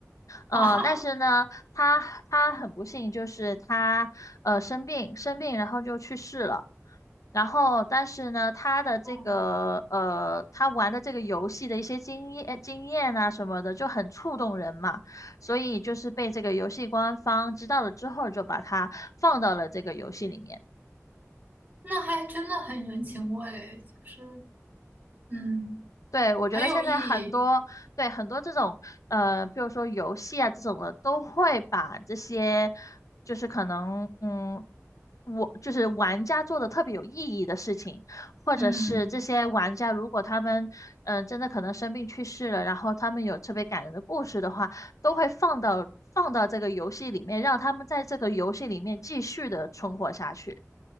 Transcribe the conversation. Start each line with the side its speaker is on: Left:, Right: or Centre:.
Right: <laughs>
Left: 嗯，
Right: 哈哈哈，
Left: 但是呢，他他很不幸，就是他呃生病生病，然后就去世了。然后，但是呢，他的这个呃，
Right: 哦，
Left: 他玩的这个游戏的一些经验经验啊什么的，就很触动人嘛。所以就是被这个游戏官方知道了之后，就把他放到了这个游戏里面。
Right: 那还真的很人情味，就是嗯，
Left: 对，我觉得现在很多，
Right: 很有意义，
Left: 对，很多这种，呃，比如说游戏啊这种的，都会把这些，就是可能，嗯，我就是玩家做的特别有意义的事情，或者是这些玩家如果他们，
Right: 嗯，
Left: 嗯、真的可能生病去世了，然后他们有特别感人的故事的话，都会放到放到这个游戏里面，让他们在这个游戏里面继续的存活下去。